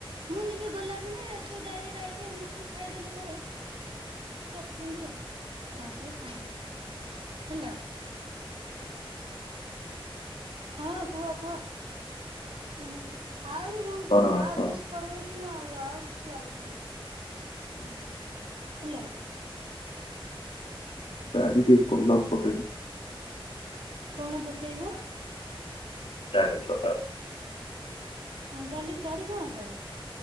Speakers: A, on the right; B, on the left.
A: ମୁଁ ନିବ ଗଲା ବେଳେ ତୁ ଡାଇରେକଟ ଆଇକି ମିଶିକି ଖାଇଦେଲେ <unintelligible> ଆସିଲେ ଖାଇଦେବେ ହେଲା।
B: ହଁ <inaudible>
A: ହଁ କୁହ କୁହ ଶୁଣୁଛି ଆହୁରି ରୁମ
B: କଣ
A: କୁ ନିଅ
B: ଆପଣ
A: <unintelligible> <unintelligible> ହଁ ଯା ହେଲା।
B: ଦାଢ଼ି ଟିକେ କଲ <unintelligible>
A: କଣ ପକେଇବ?
B: <unintelligible>
A: ହଁ ଗାଲି ଗାଡ଼ି କଣ କର?